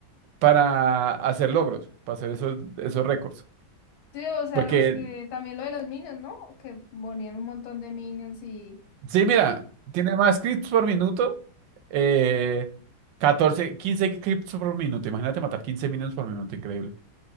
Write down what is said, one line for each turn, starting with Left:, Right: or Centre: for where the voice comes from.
Right: para hacer logros, para hacer esos, esos récords.
Left: Sí, o sea,
Right: Porque,
Left: los que también lo de los minions, ¿no? Que ponían un montón de minions y
Right: sí, mira, tiene más clips por minuto. Eh, 14, 15 clips por minuto. Imagínate matar 15 minutos por minuto, increíble.